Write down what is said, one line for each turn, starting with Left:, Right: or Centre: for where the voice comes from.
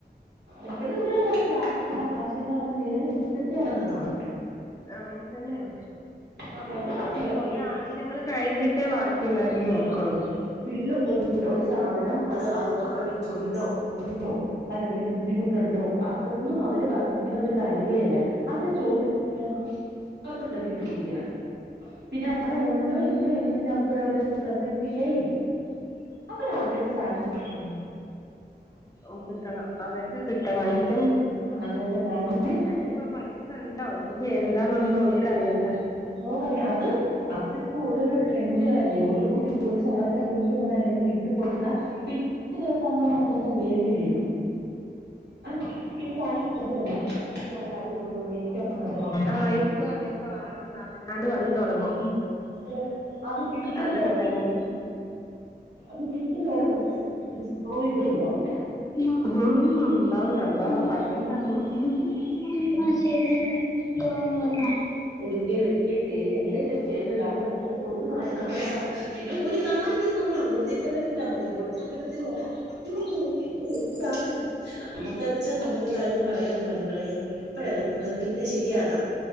Right: ഇപ്പഴത്തെ കുട്ടികൾ അങ്ങനെ അല്ല അവർക്കുള്ള ആവശ്യങ്ങൾ അവര് നേടിയെടുത്തിട്ടെ അടങ്ങത്തോ - ആഹ്
Left: ആ വെളിച്ചെണ്ണയൊ
Right: അവരത്
Left: ഓലോ
Right: നേടിയെടുക്കും
Left: ഓലോ ആവശ്യങ്ങൾ കഴിഞ്ഞിട്ടേ ബാക്കി - എല്ലാരും നോക്ക്‌ക
Right: ആ വീട്ടിൽ ഉ ഒരു സാധനം അത് അവർക്ക് നമ്മുടെ വീട്ടിലുണ്ടോ ഇല്ലിയോ അതിനെന്തെങ്കിലും- ബുദ്ധിമുട്ട. ണ്ടോ അതൊന്നും അവരെ ബാധിക്കുന്ന ഒരു കാര്യവേ അല്ല അവര് അത്
Left: ഇല്ല
Right: ചോദിച്ച. അവർക്കത് കിട്ടിയിരിക്കണം പിന്നെ അവിടെ ഉണ്ടോ ഇല്ലോ എന്നതിന അവർക്കവിടെ. പ്രസക്തിയേ ഇല്ല അവർ ആഗ്രഹിച്ച സാധനം എന്ത് ചെയ്യണം.
Left: ഒപ്പിക്കണം അവർക്ക് കിട്ടണം അനത്തെ -
Right: <unintelligible> അങ്ങനെതന്നെ.
Left: അയിന് പൈസ ഇണ്ടോ ഇല്ലിയോ എന്താന്നൊന്നും ഓലക്ക് അറിയണ്ട.
Right: മോൾക്ക്‌ അറിയാം അതും അതിപ്പോ ഓരോരോ ട്രെൻഡുകളല്ലേ ഓരോ കുട്ടി ഒരു സാധനം കൊണ്ടുവന്ന് അല്ലെങ്കിൽ ഇട്ട് കൊണ്ടുവന്നാ ആ പിറ്റേ ദിവസം നമ്മടെ മക്കക്ക്‌ വേണ്ടി വരും. ആ ഈ കുട്ടി ഒരു സാധനം കൊണ്ടുവന്ന ഇനി അവൻ അത് കൊണ്ടുവന്ന് എനിക്ക് അങ്ങനത്തെ വേണം
Left: ആഹ് ഇക്കും അങ്ങനെ - വേണോന്ന് അറിഞ്ഞങ്ങാണ്ട് വന്ന് തൊടങ്ങും
Right: ഇവിടെ അത് കിട്ടുന്നവരെ
Left: അതൊക്കെ- തന്നെ
Right: അത് കിട്ടുന്നവരെ നമുക്ക് ഒരു സ്വയിരം ഉണ്ടാവൂല.
Left: ആഹ് ഉണ്ടാവൂല ഞങ്ങള് അതാ പറഞ്ഞെ എന്നാ
Right: നമ്മള്
Left: ശരി തോന്ന <unintelligible> ന്ന് പറഞ്ഞോ.
Right: എടുക്കെ വെക്കുവേ ചെയ്ത് എന്തും ഞാൻ ചെയ്ത താ നമ്മള് കാ കൊടുക്കുന്ന ആരും നമ്മള് പിന്നെ ഒരു കാര്യത്തിൽ നമ്മൾ അങ്ങോട്ട് തിരിയാൻ പറ്റത്തില്ല നമ്മക്ക് ഇങ്ങോട്ട് തിരിയാൻ പറ്റത്തില്ല <unintelligible> നമുക്കന്ന് അത് എന്ന് വെച്ചാൽ നമുക്ക് തരും പറയാമോ വ <unintelligible> ൻ മകളെ ഉം ഇപ്പഴെല്ല അത്‌ പിന്നെ ശരിയാക്കാം